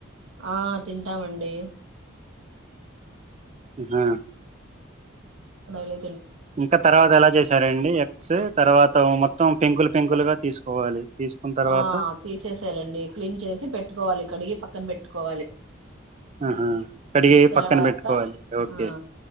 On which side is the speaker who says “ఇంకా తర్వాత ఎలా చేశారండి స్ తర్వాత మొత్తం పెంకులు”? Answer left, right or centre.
Right